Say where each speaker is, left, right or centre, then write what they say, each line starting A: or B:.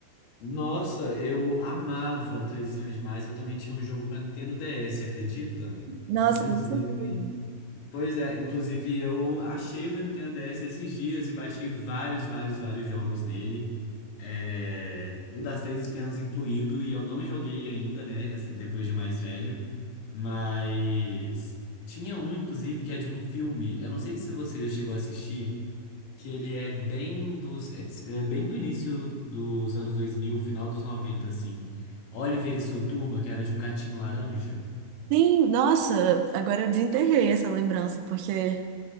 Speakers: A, on the left (about 75°); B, on the right (about 80°).
A: Nossa, eu amava Três Espiões Demais. Eu também tinha um jogo pra Nintendo DS, acredita?
B: Nossa,
A: Inclusive.
B: eu não sabia.
A: Pois é, inclusive eu achei meu Nintendo DS esses dias e baixei vários, vários, vários jogos nele. É, O das Três Espiãs incluído, e eu não joguei ainda, né? essa- Depois de mais velho. Mas tinha um, inclusive, que é de um filme. Eu não sei se você já chegou a assistir, que ele é bem dos. É é bem do início dos anos dois mil final dos noventa assim. Oliver e sua turma, que era de um gatinho laranja.
B: Sim, nossa, agora eu desenterrei essa lembrança, porque